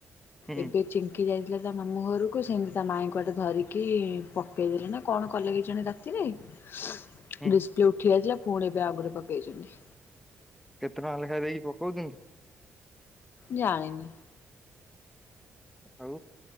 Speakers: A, in the centre; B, on the left.
A: ହୁଁ
B: ଏବେ ଚିଙ୍କି ଯାଇ ତା ମାମୁଁ ଘରକୁ, ସେମିତି ତା ମାଇଁ କୁଆଡେ ଧରିକି ପକେଇଦେଲେ ନା କଣ କଲେ କେଜାଣି? ଡିସପ୍ଲେ
A: ହୁଁ
B: ଉଠି ଯାଇଥିଲା ପୁଣି ଏବେ ଆଗରେ ପକେଇଛନ୍ତି।
A: କେତେ ଟଙ୍କା ଲେଖା ଦେଇକି ପକଉଛନ୍ତି?
B: ଜାଣିନିି
A: ଆଉ